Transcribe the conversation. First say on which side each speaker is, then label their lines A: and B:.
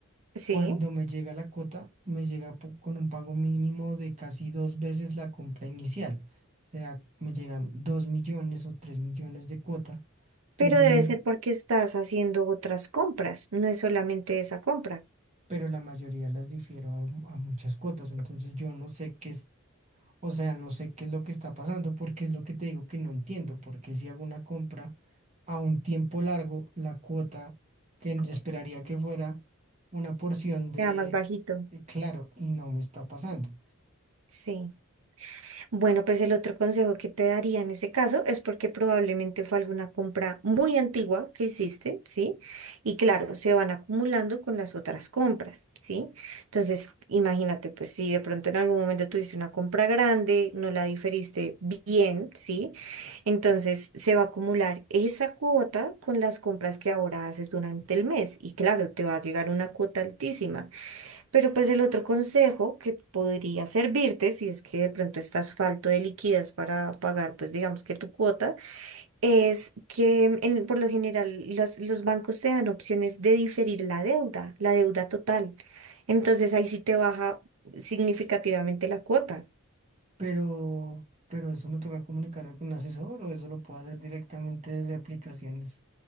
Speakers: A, on the right; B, on the right.
A: Sí,
B: Cuando me llega la cuota, me llega po- con un pago mínimo de casi dos veces la compra inicial. O sea, me llegan dos millones o tres millones de cuota. Entonces,
A: pero debe
B: n-
A: ser porque estás haciendo otras compras, no es solamente esa compra.
B: pero la mayoría las difiero a, a muchas cuotas. Entonces, yo no sé qué es, o sea, no sé qué es lo que está pasando, porque es lo que te digo que no entiendo. Porque si hago una compra a un tiempo largo, la cuota que yo esperaría que fuera una porción de,
A: Sea más bajito.
B: eh, claro, y no me está pasando.
A: Sí. Bueno, pues el otro consejo que te daría en ese caso es porque probablemente fue alguna compra muy antigua que hiciste, ¿sí? Y claro, se van acumulando con las otras compras, ¿sí? Entonces, imagínate, pues si de pronto en algún momento tuviste una compra grande, no la diferiste bien, ¿sí? Entonces se va a acumular esa cuota con las compras que ahora haces durante el mes. Y claro, te va a llegar una cuota altísima. Pero pues el otro consejo que podría servirte, si es que de pronto estás falto de liquidez para pagar, pues digamos que tu cuota, es que en- por lo general los, los bancos te dan opciones de diferir la deuda, la deuda total. Entonces ahí sí te baja significativamente la cuota.
B: pero, pero eso me toca comunicarme con un asesor o eso lo puedo hacer directamente desde aplicaciones.